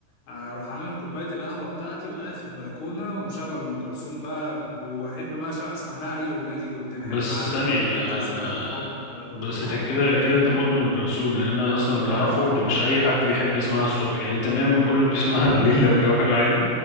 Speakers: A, on the left; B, on the left.
A: آه، اروح عامل كوبايه القهوه بتاعتي وقاعد في البلكونه ومشغل ام كلثوم بقى واحب بقى أش- اسمع لها اي اغنيه تيجي قدامي
B: بس
A: احب بقى
B: ثانية
A: امل حياتي
B: انا
A: سيره
B: انا
A: الحب
B: بس
A: كل
B: انت
A: حاجه
B: كده كده انت مدمن ام كلثوم لان انا اصلا
A: لا
B: اللي اعرفه
A: طبعا
B: ان مش اي حد بيحب يسمعها الصبح يعني تمام كله بيسمعها <laughs> بالليل لو الجو حلو عادي